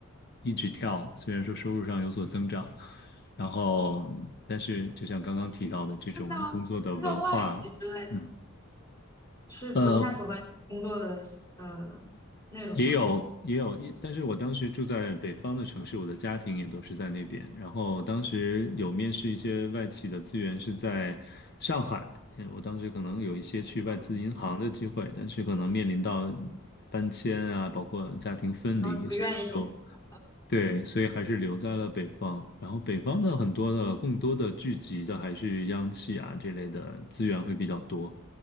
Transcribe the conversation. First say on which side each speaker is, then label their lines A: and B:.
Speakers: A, on the left; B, on the left.
A: 一直跳，虽然说收入上有所增长，然后但是就像刚刚提到的这种工作的文化，
B: 那像那像外企之类的，
A: 嗯。
B: 是不太符合你工作的呃内容吗？
A: 呃，也有也有，一，但是我当时住在北方的城市，我的家庭也都是在那边。然后当时有面试一些外企的资源是在上海，嗯我当时可能有一些去外资银行的机会，
B: 嗯，
A: 但是可能面临到搬迁啊，包括家庭分离，
B: 然后不愿意离开。
A: 所以就对，所以还是留在了北方。然后北方的很多的更多的聚集的还是央企啊这类的资源会比较多，